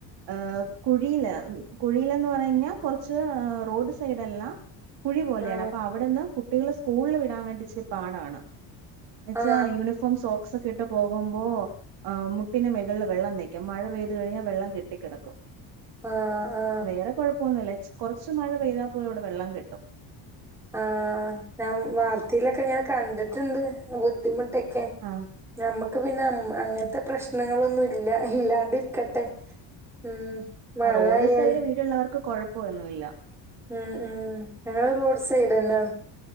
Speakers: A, on the right; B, in the centre.
A: ഏഹ് കുഴിയില്, കുഴിയിലന്ന് പറഞ്ഞാൽ കുറച്ച് റോഡ് സൈഡല്ല കുഴി പോലെയാണ്
B: ആ
A: അപ്പൊ അവിടെന്ന് കുട്ടികള് സ്കൂളിൽ വിടാൻ വേണ്ടി ച്ച് പാടാണ് <unintelligible> വെച്ചാ
B: ആ
A: യൂണിഫോം സൊക്സ് <unintelligible> പോകുമ്പോ ആ മുട്ടിന് മെകളില് വെള്ളം നിക്കും. മഴ പെയ്ത് കഴിഞ്ഞാ വെള്ളം കെട്ടിക്കെടക്കും
B: ആ ആ
A: വേറെ കൊഴപ്പൊന്നുല്ല ച്ചി കൊറച്ച് മഴ പെയ്താ പോലും ഇവിട വെള്ളം കെട്ടും
B: ആ ആ ഞാൻ വാർത്തയിലൊക്കെ ഇങ്ങനെ കണ്ട്ട്ടിണ്ട് ബുദ്ധിമു ട്ടെക്കെ
A: ആഹ്
B: ഞമ്മക്ക് പിന്നെ അങ്ങ് അങ്ങനത്തെ
A: ഉം
B: പ്രശ്നങ്ങളൊ ന്നുല്ല ഇല്ലാണ്ടിരിക്കട്ടെ ഉം മഴ
A: അത് റോഡ്
B: ആയാലും
A: സൈഡ് വീടുള്ളവർക്ക് കൊഴപ്പൊന്നുല്ല
B: ഉം ഉം ഞങ്ങള് റോഡ് സൈഡ് ന്ന